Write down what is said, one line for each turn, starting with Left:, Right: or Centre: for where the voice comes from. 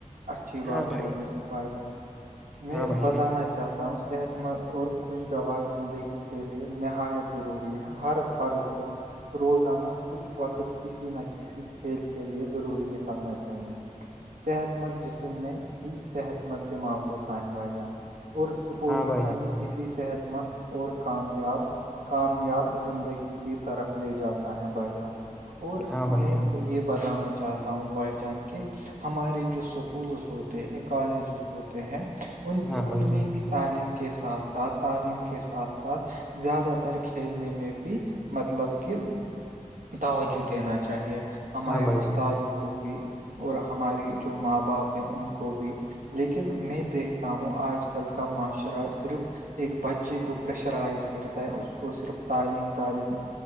Right: اچھی بات
Centre: ہاں بھائی
Right: بولی بھائی جان میں
Centre: ہاں بھائی
Right: بتانا
Centre: جان
Right: چاہتا ؤ صحت مند اور خوشگوار زندگی کے لیے نہایت ضروری ہے ہر فرد کو روزانہ کچھ وقت کسی نہ کسی کھیل کے لئے ضروری نکلنا چاہیے صحت مند جسم میں ہی صحت مند دماغ ہوتا ہے بھائی جان اور سپورٹس
Centre: ہاں بھائی
Right: ہمیں
Centre: جان
Right: اسی صحت مند اور کامیاب کامیاب زندگی کی طرف لے جاتا ہے بائی جان اور
Centre: ہاں بھائی
Right: میں
Centre: جان
Right: یہ بتانا چاہتا ہوں تا ہ بھائی جان کے ہمارے جو سکولز ہوتے ہیں کالجز ہوتے ہیں ان
Centre: ہاں
Right: ان
Centre: بھائی جان
Right: میں بھی تعلیم کے ساتھ ساتھ تعلیم کے ساتھ ساتھ زیادہ تر کھیلنے میں بھی مطلب کہ توجہ دینا چاہیے ہمارے
Centre: ہاں بھائی
Right: استادوں
Centre: جان
Right: کو بھی اور ہماری جو ماں باپ ان کو بھی لیکن میں دیکھتا ہوں آج کل کا معاشرہ صرف ایک بچے کو پریشرائز کرتا ہے اس کو صرف تعلیم تعلیم